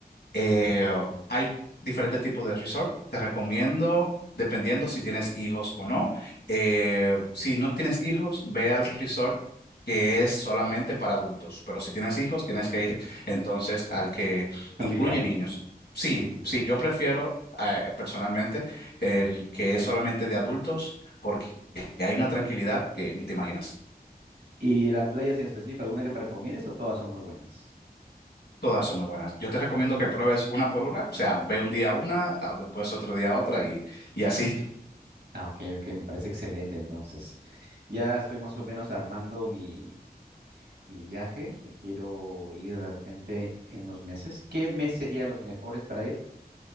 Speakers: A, on the left (about 80°); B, on the right (about 80°).
A: Eh, hay diferentes tipos de resort. Te recomiendo, dependiendo si tienes hijos o no. Eh, si no tienes hijos, ve al resort que es solamente para adultos. Pero si tienes hijos, tienes que ir entonces al que
B: Familiar.
A: incluye niños. Sí,
B: Ujú.
A: sí, yo prefiero eh, personalmente el que es solamente de adultos porque hay una tranquilidad que ni te imaginas.
B: ¿Y las playas en específico, alguna que me recomiendes o todas son muy buenas?
A: Todas son muy buenas. Yo te recomiendo que pruebes una por una, o sea, ve un día una, ah, después otro día otra y, y así
B: Ah, ok, ok, me parece excelente entonces. Ya estoy más o menos armando mi, mi viaje. que Quiero ir de repente en unos meses. ¿Qué mes serían los mejores para ir?